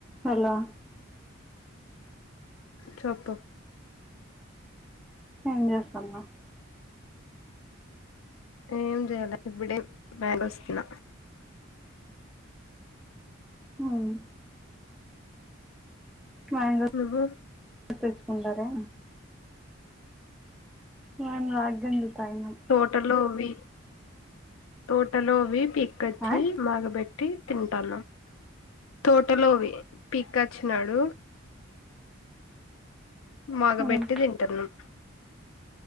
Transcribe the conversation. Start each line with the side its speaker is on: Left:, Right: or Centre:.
Centre: Hello
Left: చెప్పు
Centre: ఏం చేస్తున్నావు
Left: ఏం జేయాలే ఇప్పుడే <unintelligible> బయలువస్తున్న
Centre: మొన్ మ్యాంగిల్స్
Left: నువ్వు
Centre: తెచ్చుకుంటారా <unintelligible> మేము రాగెంజి తాగినాము
Left: టోలోమి వి తోటలో వి పికొచ్చి
Centre: ఆ
Left: మొగ బెట్టి తింటాన్నా తోటలో వి పిక్కివచ్చినాడు మొగ
Centre: హ్మ్
Left: బెట్టి తింటున్నాం